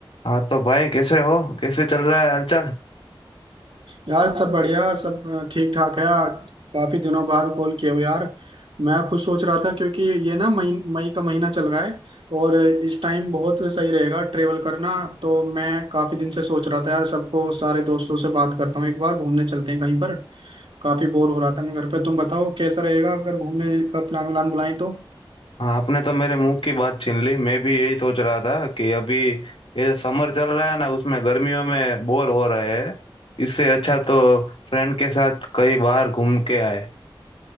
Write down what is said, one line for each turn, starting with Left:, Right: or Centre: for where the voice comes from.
Left: हाँ तो भाई कैसे हो कैसे चल रहा है हालचाल
Right: यार सब बढ़िया सब ठीक ठाक है आज काफी दिनों बाद कॉल किया हो यार मैं खुद सोच रहा था क्योंकि ये ना मई मई का महीना चल रहा है और इस टाइम बहुत सही रहेगा ट्रेवल करना तो मैं काफी दिन से सोच रहा था यार सबको सारे दोस्तों से बात करता हूँ एक बार घूमने चलते हैं कहीं पर काफी बोर हो रहा था मैं घर पे तुम बताओ कैसा रहेगा अगर घूमने का प्लान व्लान बुलाएं तो
Left: हाँ आपने तो मेरे मुंह की बात छीन ली मैं भी यही सोच रहा था कि अभी ये समर चल रहा है ना उसमें गर्मियों में बोर हो रहे हैं इससे अच्छा तो फ्रेंड के साथ कहीं बाहर घूम के आए